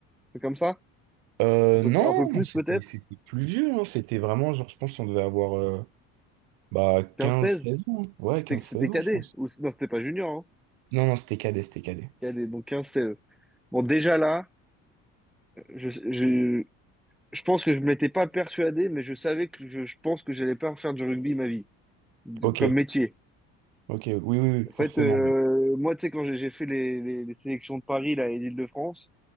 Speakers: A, in the centre; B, on the right (about 90°).
A: C'est comme ça?
B: Euh,
A: Un peu,
B: non,
A: un peu plus,
B: c'était
A: peut-être?
B: c'était plus vieux, hein. C'était vraiment genre, je pense on devait avoir euh, bah
A: quinze
B: quinze
A: seize
B: seize ans. hein. Ouais,
A: C'était,
B: quinze
A: c'était
B: seize
A: cadet?
B: ans, je pense.
A: Ou, non, c'était pas junior, hein.
B: Non, non, c'était cadet, c'était cadet.
A: Cadet, donc quinze 16 Bon, déjà là, je, je, je pense que je ne m'étais pas persuadé, mais je savais que je, je pense que j'allais pas faire du rugby ma vie. de-
B: Ok,
A: comme métier.
B: ok, oui, oui, oui,
A: En
B: forcément.
A: fait, euh, moi, tu sais, quand j'ai j'ai fait les, les- les sélections de Paris là, et d'Île-de-France,